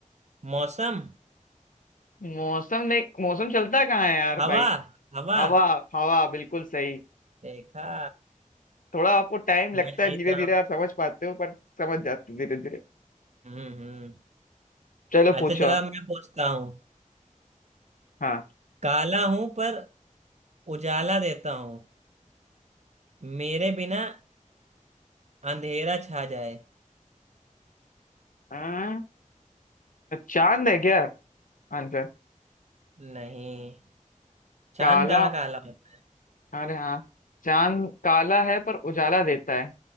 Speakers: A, on the right; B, on the left.
A: मौसम
B: मौसम नहीं मौसम चलता कहाँ है यार
A: हवा
B: भाई
A: हवा
B: हवा हवा बिल्कुल सही
A: देखा
B: थोड़ा आपको टाइम लगता
A: मैं जीत
B: है धीरे
A: रहा
B: धीरे
A: हूँ
B: आप समझ पाते हो पर समझ जाते हो धीरे धीरे
A: हम्म हम्म
B: चलो
A: अच्छा
B: पूछो
A: चलो
B: आप
A: अब मैं पूछता हूँ
B: हाँ
A: काला हूं पर उजाला देता हूँ मेरे बिना अंधेरा छा जाए
B: हाँ चांद है क्या आंसर
A: नहीं चांद
B: काला
A: कहाँ काला होता
B: अरे हाँ चांद काला है पर उजाला देता है